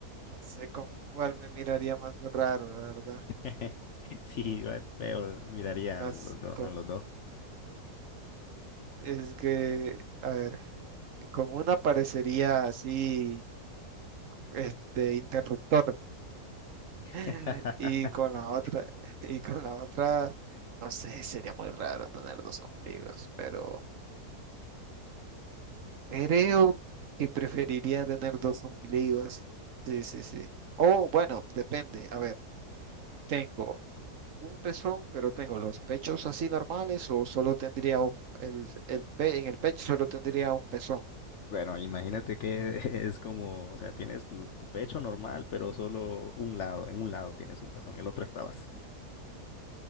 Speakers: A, on the right (about 60°); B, on the left (about 60°).
A: no sé con cuál me miraría más raro, la verdad.
B: <laughs> Sí,
A: Con
B: igual feo, mirarían
A: unas-
B: los dos,
A: con-
B: en los dos.
A: es que, a ver, con una parecería así, este, interruptor. <laughs>
B: <laughs>
A: Y con la otra, y con la otra, no sé, sería muy raro tener dos ombligos, pero creo que preferiría tener dos ombligos. Sí, sí, sí. O bueno, depende. A ver, tengo un pezón, pero tengo los pechos así normales o solo tendría un, el, el pe- en el pecho solo tendría un pezón.
B: Bueno, imagínate que <laughs> es como, o sea, tienes tu, tu pecho normal, pero solo un lado, en un lado tienes un pezón, el otro está vacío.